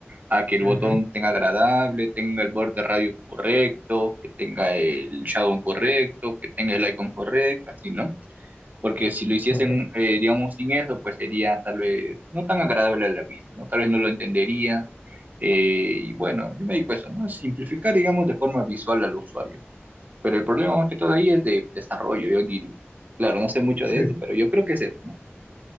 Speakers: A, on the right; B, on the left.
A: A que el
B: Ujú,
A: botón tenga agradable, tenga el borde radio correcto, que tenga el shadow correcto, que tenga el icon correcto, así, ¿no? Porque si lo hiciesen,
B: súper.
A: eh, digamos, sin eso, pues sería tal vez no tan agradable a la vista, ¿no? Tal vez no lo entendería. eh, y bueno, yo me dedico a eso, ¿no? A simplificar, digamos, de forma visual al usuario. Pero el problema más que todo ahí es de desarrollo, yo diría. Claro, no sé mucho
B: Sí,
A: de eso, pero yo creo que es eso, ¿no?